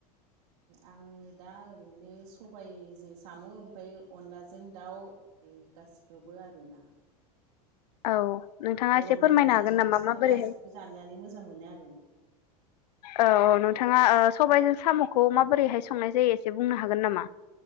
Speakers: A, on the right (about 70°); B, on the left (about 85°).
A: आङो दा ओरैनो सबायजों साम ओमफ्राय अनलाजों दाउ गासिखौबो आरो ना।
B: औ नोंथाङा
A: बर'नि
B: एसे फोरमायनो
A: माने
B: हागोन
A: ट्रेडिसनेल
B: नामा माबोरैहाय
A: गासिखौबो जानानै मोजां मोनो आरो।
B: औ औ नोंथाङा सबायजों साम'खौ माबोरैहाय संनाय जायो एसे बुंनो हागोन नामा?